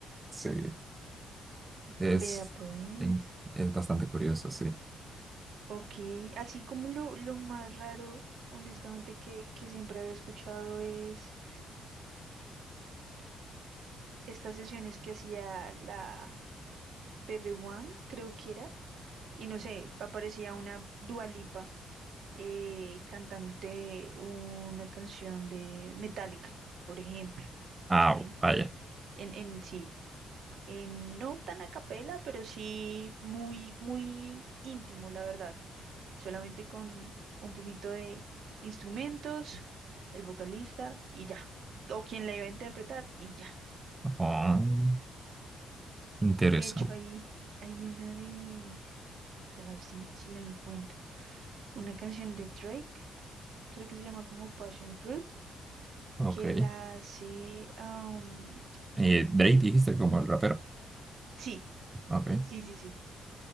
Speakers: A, on the right (about 20°); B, on the right (about 70°).
A: Sí, es,
B: Vea pues.
A: es bastante curioso, sí.
B: Ok. Así como lo, lo más raro, honestamente, que, que siempre había escuchado es. estas sesiones que hacía la bb One creo que era, y no sé, aparecía una Dua Lipa eh, cantándote una canción de Metallica, por ejemplo,
A: Ah,
B: ¿sí?
A: vaya.
B: En, en sí, en, no tan a capela, pero sí muy, muy íntimo, la verdad, solamente con un poquito de instrumentos, el vocalista y ya, o quien la iba a interpretar y ya.
A: Oh, interesante.
B: De hecho, ahí hay una de... A ver si, si la encuentro. Una canción de Drake, creo que se llama como Passion Fruit,
A: Ok.
B: que la hace... am,
A: Eh, Drake dijiste como el rapero.
B: sí,
A: Ok.
B: sí, sí, sí.